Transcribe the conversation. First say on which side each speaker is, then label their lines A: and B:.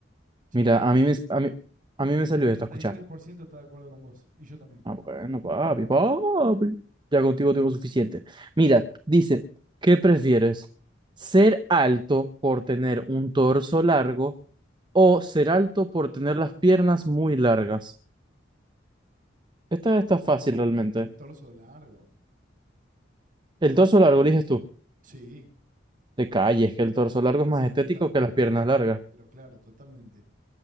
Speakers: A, on the right (about 45°); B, on the right (about 25°).
A: Sí,
B: Mira,
A: total.
B: a mí me, a mí, a mí me
A: Setenta
B: salió esta, escuchar.
A: y tres por ciento está de acuerdo con vos. Y yo también.
B: Ah, bueno, papi, papi, ya contigo tengo suficiente. Mira, dice, ¿qué prefieres? ¿Ser alto por tener un torso largo o ser alto por tener las piernas muy largas? Esta está
A: No,
B: fácil realmente.
A: el torso largo.
B: El torso largo, eliges tú.
A: Sí,
B: De calle, es que el torso largo
A: sí,
B: es más
A: sí,
B: estético
A: total.
B: que las piernas largas.
A: Pero claro, totalmente.